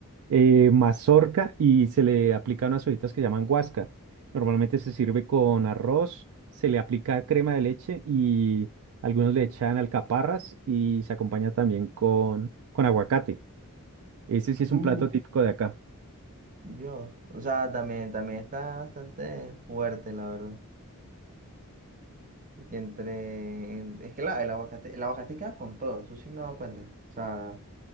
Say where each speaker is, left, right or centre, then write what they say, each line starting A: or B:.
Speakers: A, on the right (about 65°); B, on the right (about 35°).
A: eh, mazorca y se le aplica unas hojitas que llaman guasca. Normalmente se sirve con arroz, se le aplica crema de leche y algunos le echan alcaparras y se acompaña también con, con aguacate. Ese sí es
B: Uh.
A: un plato típico de acá.
B: Dios. O sea, también, también está bastante fuerte, la verdad. Y entre. en- es que la- el aguacate, el aguacate queda con todo, eso sí me he dado cuenta. O sea,